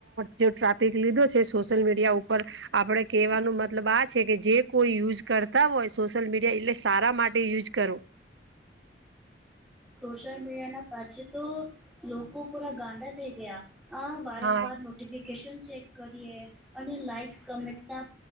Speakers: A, on the right; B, in the centre.
A: જે ટ્રાપિક લીધો છે, સોશિયલ મીડિયા ઉપર ઉપ આપણેે કેહેવાનો મતલબ આ છે, કે જે કોઈ યુઝ કરતા કાવોય સોશિયલ મીડિયા, એટલે સારા માટે યુઝ કરો.
B: સોશિયલ મીડિયા ના પાછી તો, લોકો પોરા ગાંડા થઈ ગયા. આ વારંવાર
A: હા
B: નોટિફિકેશન ચેક કરીએ, અને લાઇક્સ કમેન્ટના